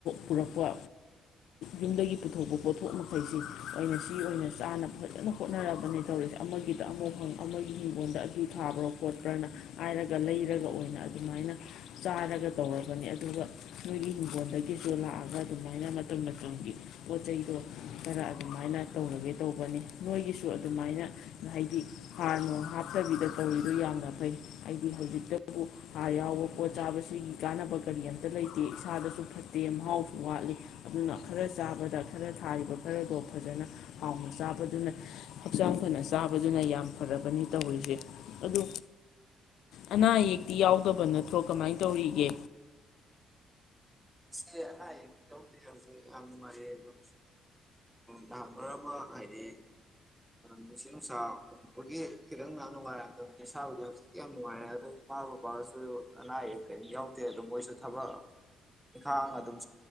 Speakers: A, on the left; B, in the centre.
A: ꯄꯨꯔꯛꯄ, ꯌꯨꯝꯗꯒꯤ ꯄꯨꯊꯣꯛꯄ ꯄꯣꯠꯊꯣꯛ ꯃꯈꯩꯁꯤ ꯑꯣꯏꯅ ꯁꯤ ꯑꯣꯏꯅ ꯆꯥꯅ ꯐꯖꯅ ꯍꯣꯠꯅꯔꯕꯅꯦ ꯇꯧꯔꯤꯁꯦ ꯑꯃꯒꯤꯗ ꯑꯃ ꯍꯪ ꯑꯃꯒꯤ ꯍꯤꯡꯒꯣꯜꯗ ꯑꯗꯨ ꯊꯥꯕ꯭ꯔꯣ ꯈꯣꯠꯄ꯭ꯔꯥꯅ ꯍꯥꯏꯔꯒ ꯂꯩꯔꯒ ꯑꯣꯏꯅ ꯑꯗꯨꯃꯥꯏꯅ ꯆꯥꯔꯒ ꯇꯧꯔꯕꯅꯤ ꯑꯗꯨꯒ ꯅꯣꯏꯒꯤ ꯍꯤꯡꯒꯣꯜꯗꯒꯤꯁꯨ ꯂꯥꯛꯑꯒ ꯑꯗꯨꯃꯥꯏꯅ ꯃꯇꯝ ꯃꯇꯝꯒꯤ ꯄꯣꯠ ꯆꯩꯗꯣ ꯈꯔ ꯑꯗꯨꯃꯥꯏꯅ ꯇꯧꯔꯒꯦ ꯇꯧꯕꯅꯤ ꯃꯣꯏꯒꯤꯁꯨ ꯑꯗꯨꯃꯥꯏꯅ ꯍꯥꯏꯗꯤ ꯍꯥꯔꯅꯣꯡ ꯍꯥꯞꯇꯕꯤꯗ ꯇꯧꯔꯤꯗꯣ ꯌꯥꯝꯅ ꯐꯩ ꯑꯩꯗꯤ ꯍꯧꯖꯤꯛꯇꯕꯨ ꯍꯥꯔ ꯌꯥꯎꯕ ꯄꯣꯠ ꯆꯥꯕꯁꯤꯒꯤ ꯀꯥꯟꯅꯕ ꯀꯔꯤ ꯑꯝꯇ ꯂꯩꯇꯦ ꯏꯁꯥꯗꯁꯨ ꯐꯠꯇꯦ ꯃꯍꯥꯎꯁꯨ ꯋꯥꯠꯂꯤ ꯑꯗꯨꯅ ꯈꯔ ꯆꯥꯕꯗ ꯈꯔ ꯊꯥꯔꯤꯕ ꯈꯔꯗꯣ ꯐꯖꯅ ꯍꯥꯎꯅ ꯆꯥꯕꯗꯨꯅ ꯍꯛꯆꯥꯡ ꯐꯅ ꯆꯥꯕꯗꯨꯅ ꯌꯥꯝ ꯐꯔꯕꯅꯤ ꯇꯧꯔꯤꯁꯦ ꯑꯗꯨ ꯑꯅꯥ ꯑꯌꯦꯛꯇꯤ ꯌꯥꯎꯗꯕ ꯅꯠꯇ꯭ꯔꯣ ꯀꯃꯥꯏꯅ ꯇꯧꯔꯤꯒꯦ
B: ꯁꯤ ꯑꯅꯥ ꯑꯌꯦꯛ ꯌꯥꯎꯗꯦ ꯍꯧꯖꯤꯛ ꯌꯥꯝ ꯅꯨꯡꯉꯥꯏꯔꯤꯌꯦ ꯑꯗꯣ ꯅꯍꯥꯟꯃꯔꯛ ꯑꯃ ꯍꯥꯏꯗꯤ ꯅꯨꯡꯁꯤꯠ ꯅꯨꯡꯁꯥ ꯐꯨꯕꯒꯤ ꯈꯤꯇꯪ ꯅꯨꯡꯉꯥꯏꯔꯝꯗꯕꯅꯦ ꯁꯥꯕꯨꯗꯤ ꯍꯧꯖꯤꯛꯇꯤ ꯌꯥꯝ ꯅꯨꯡꯉꯥꯏꯔꯦ ꯑꯗꯨ ꯏꯃꯥ ꯕꯕꯥꯁꯨ ꯑꯅꯥ ꯑꯌꯦꯛ ꯀꯔꯤꯝ ꯌꯥꯎꯗꯦ ꯑꯗꯣ ꯃꯣꯏꯁꯨ ꯊꯕꯛ ꯏꯟꯈꯥꯡ ꯑꯗꯨꯝ